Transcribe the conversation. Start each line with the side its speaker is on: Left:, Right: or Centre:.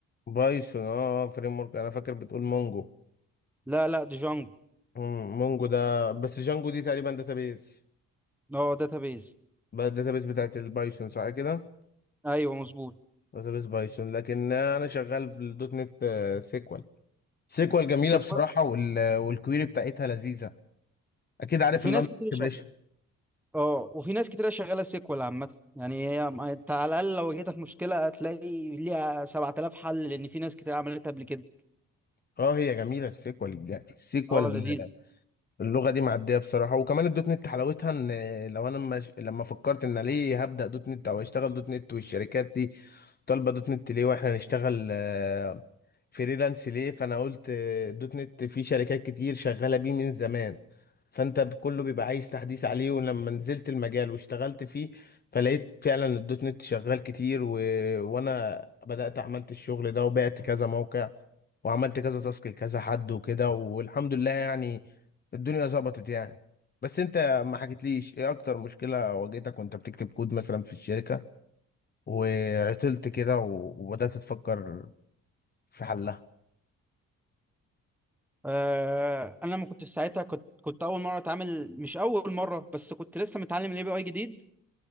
Left: بايثون اه فريم ورك انا فاكر بتقول مونجو
Centre: لا لا ديجانجو
Left: مم، مونجو ده بس جانجو دي تقريبا داتابيز
Centre: اه داتابيز
Left: بقى الداتابيز بتاعت البايثون صح كده
Centre: ايوه مظبوط
Left: داتابيس بايثون لكن انا شغال في الدوت نت سيكوال سيكوال جميله
Centre: سيكوال
Left: بصراحه وال- والكويري بتاعتها لذيذه اكيد عارف
Centre: وفي
Left: اللندن
Centre: ناس كتير
Left: اكسبريشن
Centre: اه وفي ناس كتير شغاله سيكوال عامه يعني هي ما- انت على الاقل لو جيتك مشكله هتلاقي ليها 7000 حل لان في ناس كتير عملتها قبل كده
Left: اه هي جميله السيكوال الج- السيكوال
Centre: اه لذيذ
Left: اللغه دي معديه بصراحه وكمان الدوت نت حلاوتها ان لو انا مش... لما فكرت ان ليه هبدا دوت نت او اشتغل دوت نت والشركات دي طالبه دوت نت ليه واحنا نشتغل آه، فريلانس ليه فانا قلت آه، دوت نت في شركات كتير شغاله بيه من زمان فانت ب- كله بيبقى عايز تحديث عليه ولما نزلت المجال واشتغلت فيه فلقيت فعلا الدوت نت شغال كتير و... وانا بدات عملت الشغل ده وبعت كذا موقع وعملت كذا تاسك لكذا حد وكده والحمد لله يعني الدنيا ظبطت يعني بس انت ما حكيتليش ايه اكتر مشكله واجهتك وانت بتكتب كود مثلا في الشركه وعطلت كده و- وبدات تفكر في حلها
Centre: آه انا لما كنت في ساعتها كنت كنت اول مره اتعامل مش اول مره بس كنت لسه متعلم الاي بي اي جديد